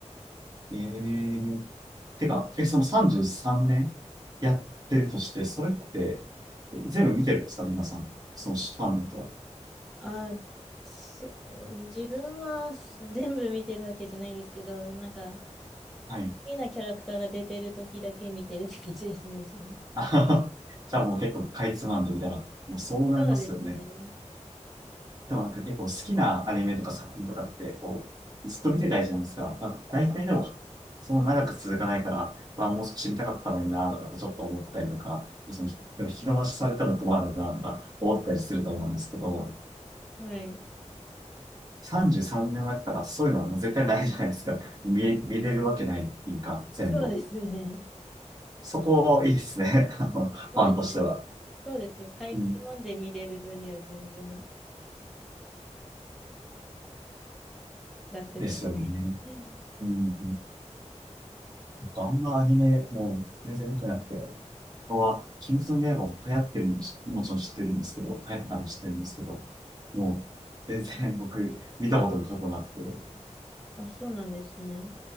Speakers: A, on the right; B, in the centre.
A: ええてか、え、その33年やってるとして、それって、え全部見てるんですか皆さん。そのファンの人は。
B: あ、そう、自分はす全部見てるわけじゃないんですけど、なんか、好
A: はい。
B: きなキャラクターが出てる時だけ見てるって感じですね、自分。
A: あはは <laughs> じゃあもう結構かいつまんでみたいな。もうそうなりますよね。
B: そうですね。
A: でもなんか結構好きなアニメとか作品とかって、こう、ずっと見てたいじゃないですか。まあ、大体でも、その長く続かないから、まあもう少し見たかったのになとか、ちょっと思ったりとか、その、でも引き伸ばしされたら困るなとか思ったりすると思うんですけど、
B: はい。
A: 33年前からそういうのはもう絶対ないじゃないですか。<laughs> 見、見れるわけないっていうか、全部。
B: そうですね。
A: そこ、いいですね。<laughs> あのファンとしては。
B: そうですね。そうですね。かいつまんで見れる分には全然
A: うん、
B: 楽です
A: ですよね。
B: ね。<laughs>
A: うん。あんまアニメ、もう全然見てなくて。ここは、鬼滅の刃も流行ってるのし、もちろん知ってるんですけど、流行ってたの知ってるんですけど、もう、全然僕、見たことが過去なくて、
B: あ、そうなんですね。